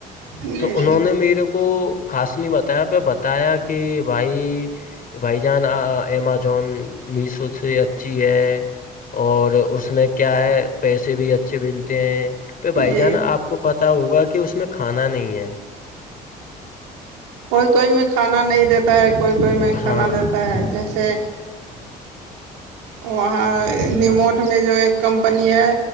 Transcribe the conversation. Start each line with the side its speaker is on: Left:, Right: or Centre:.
Right: جی
Left: تو انہوں نے میرے کو خاص نہیں بتایا پے بتایا کہ بھائی بھائی جان آ آ ایمان جون میسو سے اچھی ہے اور اس میں کیا ہے پیسے بھی اچھے ملتے ہیں پہ بھائی
Right: جی
Left: جان آپ کو پتا ہوگا کہ اس میں کھانا نہیں ہے
Right: کوئی کوئی میں کھانا نہیں دیتا ہے کوئی کوئی میں کھانا
Left: ہاں
Right: دیتا ہے
Left: ہاں
Right: جیسے وہاں نیموٹ میں جو ایک کمپنی ہے